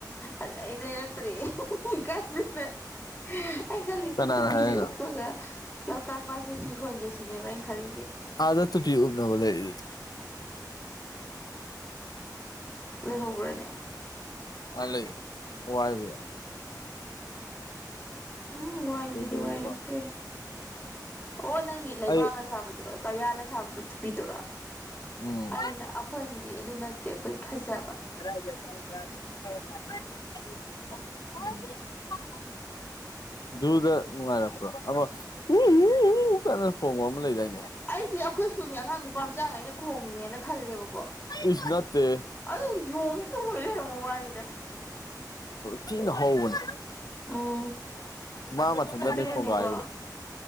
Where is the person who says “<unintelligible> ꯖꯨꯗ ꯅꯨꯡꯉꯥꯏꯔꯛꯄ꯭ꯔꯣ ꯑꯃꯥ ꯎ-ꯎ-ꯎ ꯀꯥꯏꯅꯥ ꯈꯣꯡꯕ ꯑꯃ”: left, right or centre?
Left